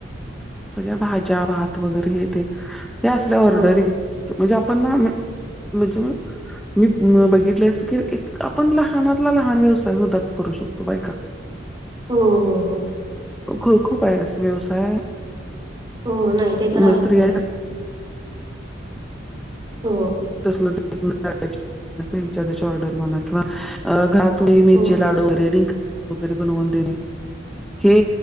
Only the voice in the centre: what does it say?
सगळ्या भाज्या भात वगैरे हे ते हे असल्या ऑर्डरी
म्हणजे आपण ना म्हणजे मी बघितले अस की इतका पण लहानातला लहान व्यवसाय सुधा करू शकतो बायका
ख खूप हाय अस व्यवसाय
न
स्त्रिया
<inaudible> <unintelligible> ऑर्डर म्हणा किंवा घ हे मिरचे
लाडू रेडिंक वगैरे बनवून देणे हे